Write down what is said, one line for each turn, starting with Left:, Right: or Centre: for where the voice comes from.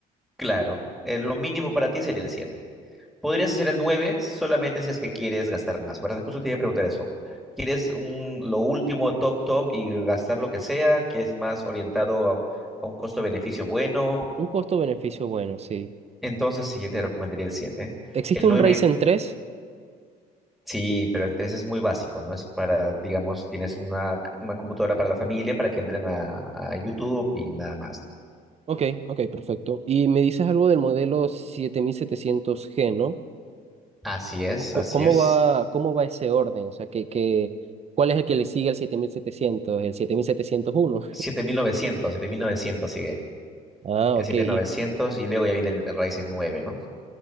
Centre: Claro, eh, lo mínimo para ti sería el 7. Podrías hacer el 9 solamente si es que quieres gastar más, ¿verdad? Justo te iba a preguntar eso. ¿Quieres un- lo último, top, top y gastar lo que sea? ¿Quieres más orientado a, a un costo-beneficio bueno?
Right: Un costo-beneficio bueno, sí.
Centre: Entonces sí, te recomendaría el 7.
Right: ¿Existe
Centre: El
Right: un
Centre: 9
Right: Ryzen tres?
Centre: sí, pero el 3 es muy básico, ¿no? Es para, digamos, tienes una, una computadora para la familia, para que entren a, a YouTube y nada más.
Right: Ok, ok, perfecto. Y me dices algo del modelo siete mil setecientos g ¿no?
Centre: Así es,
Right: Co-
Centre: así
Right: ¿Cómo
Centre: es.
Right: va, cómo va ese orden? O sea, que, que, ¿cuál es el que le sigue al 7700? ¿El siete mil setecientos uno.
Centre: Siete siete mil novecientos, siete mil novecientos, sigue.
Right: Ah,
Centre: El
Right: ok.
Centre: siete
Right: Y
Centre: mil novecientos y luego ya viene el Ryzen nueve, ¿no?